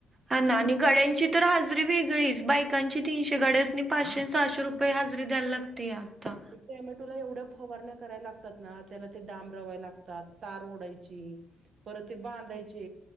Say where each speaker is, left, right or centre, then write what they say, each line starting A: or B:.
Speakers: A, on the right; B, on the right.
A: हा
B: किती
A: ना.
B: मेहनत
A: आणि गड्यांची तर हजरी वेगळीच बायकांची तीनशे, गड्यांसनी पाचशे -सहाशे रुपये रुपये हजरी द्यायला लागते आता.
B: टोमॅटोला एवढ्या फवारण्या कराय लागतात ना, त्याला ते डांब रवाय लागतात, तार ओढायचे परत ते बांधायचे.